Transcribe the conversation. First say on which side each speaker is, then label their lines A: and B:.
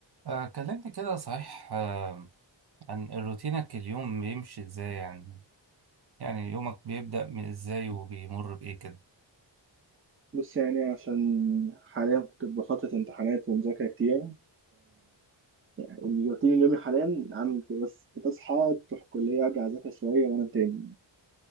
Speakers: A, on the right; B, on the right.
A: آه، كلمني كده صحيح آه، عن روتينك اليوم بيمشي ازاي يعني يعني يومك بيبدأ من ازاي وبيمر بإيه كده
B: بص يعني عشان حاليا كنت بفترة امتحانات ومذاكرة كتير يعني الروتين اليومي حاليا عامل كده بس بتصحى تروح الكلية أرجع أذاكر شوية وأنام تاني